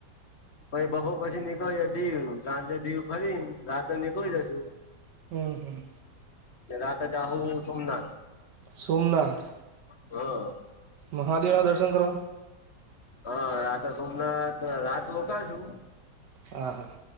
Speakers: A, on the left; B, on the right.
A: પઈ બપો પછી નીકળીયે દીવ, સાંજે દીવ ફરીન રાત્રે નીકળી જશુ.
B: હમ હમ.
A: ને રાતે જાહું સોમનાથ.
B: સોમનાથ
A: હમ.
B: મહાદેવા દર્શન કરવા?
A: અં, રાતે સોમનાથ, રાત મોકાશું
B: આ હા.